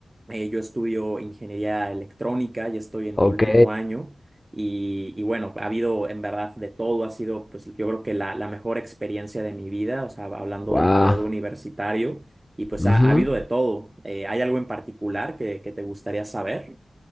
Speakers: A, on the right; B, on the left.
A: Eh, yo estudio ingeniería electrónica, ya estoy en
B: Ok.
A: mi último año y, y bueno, ha habido en verdad de todo, ha sido pues yo creo que la, la mejor experiencia de mi vida, o sea, hablando
B: Guau.
A: del periodo universitario, y pues
B: Ujú.
A: ha, ha habido de todo. Eh, ¿hay algo en particular que, que te gustaría saber?